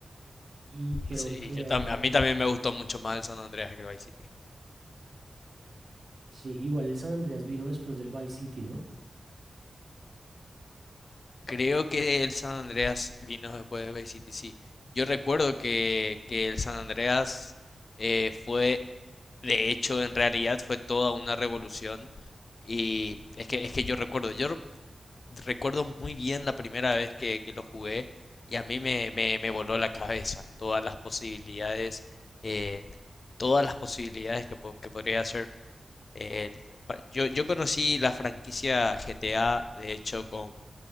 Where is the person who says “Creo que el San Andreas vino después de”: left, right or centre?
Left